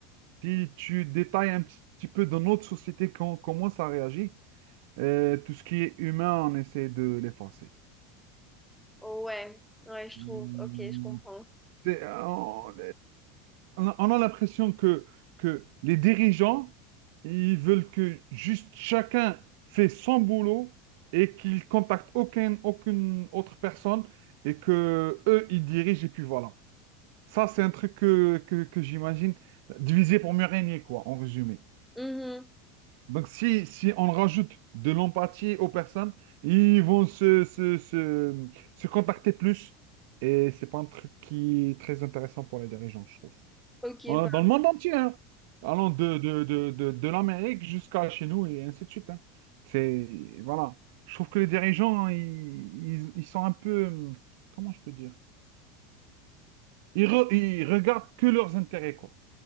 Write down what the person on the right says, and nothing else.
si tu détailles un petit petit peu dans notre société quand, comment ça réagit, euh, tout ce qui est humain, on essaie de l'effacer.
Hmm,
C'est- euh, on, on- a l'impression que, que les dirigeants, ils veulent que juste chacun fait son boulot et qu'ils contactent aucun, aucune autre personne et que eux, ils dirigent et puis voilà. Ça, c'est un truc que, que, que j'imagine diviser pour mieux régner, quoi, en résumé.
Donc, si, si on rajoute de l'empathie aux personnes, ils vont se, se, se, se contacter plus. Et c'est pas un truc qui est très intéressant pour les dirigeants, je trouve.
Euh,
Dans le monde entier, hein. Allant de, de, de, de, de l'Amérique jusqu'à chez nous et ainsi de suite. hein. C'est, voilà. Je trouve que les dirigeants, hein, ils, ils, ils sont un peu, hum, comment je peux dire? Ils, re- ils regardent que leurs intérêts, quoi.